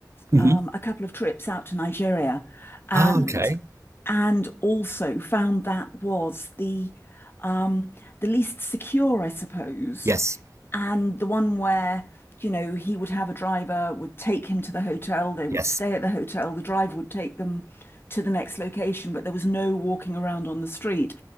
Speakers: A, on the right (about 40°); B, on the left (about 30°).
A: hmm
B: um, a couple of trips out to Nigeria, and
A: Oh, okay.
B: and also found that was the um, the least secure, I suppose,
A: Yes.
B: and the one where, you know, he would have a driver, would take him to the hotel, they would
A: Yes.
B: stay at the hotel, the driver would take them to the next location, but there was no walking around on the street.